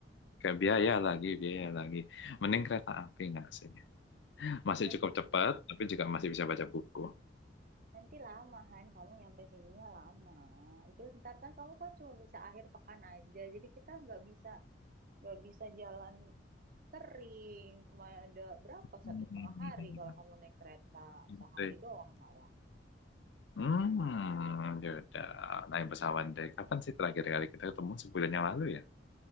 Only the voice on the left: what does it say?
Kayak biaya lagi, biaya lagi. Mending kereta api nggak sih? Masih
cukup cepat, tapi juga masih bisa baca buku.
Hmm,
gitu.
Hmm, ya udah. Naik pesawat deh. Kapan sih terakhir kali kita ketemu? Sebulan yang lalu ya?